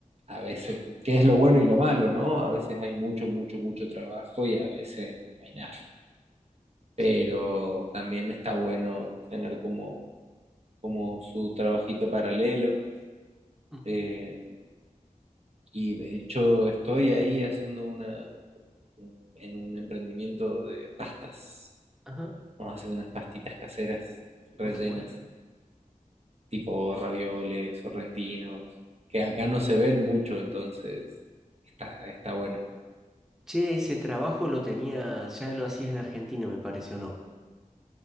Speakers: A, on the right (about 50°); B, in the centre.
A: a veces, que es lo bueno y lo malo, ¿no? A veces hay mucho, mucho, mucho trabajo y a veces no hay nada. Pero
B: Sí.
A: también está bueno tener como, como su trabajito paralelo.
B: Ujú.
A: eh, y de hecho estoy ahí haciendo una en un emprendimiento de pastas.
B: Ajá.
A: Vamos a hacer unas pastitas caseras rellenas,
B: Oh, qué bueno.
A: tipo ravioles, sorrentinos, que acá no se ven mucho, entonces está, está bueno.
B: Che, ese trabajo lo tenías, ya lo hacías en Argentina, me parece, ¿o no?